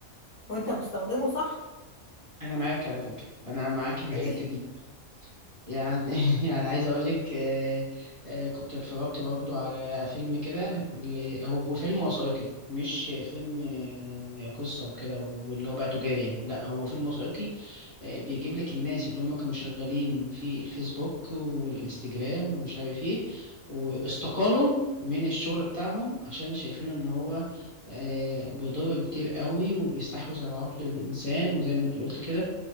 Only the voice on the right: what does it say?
انا معاك على فكره انا معاك في الحته
دي يعني <laughs> يعني عايز اقول لك آه، آه، كنت اتفرجت برضو على فيلم كده ل- هو فيلم وثائقي مش فيلم آه، قصة وكده واللي هو بقى تجاري يعني. لا هو فيلم وثائقي آه، بيجيب لك الناس اللي هم كانوا شغالين في الفيسبوك والانستجرام ومش عارف ايه واستقالوا من الشغل بتاعهم عشان شايفين ان هو آه، بيضر كتير قوي وبيستحوذ على عقل الانسان وزي ما انت قلت كده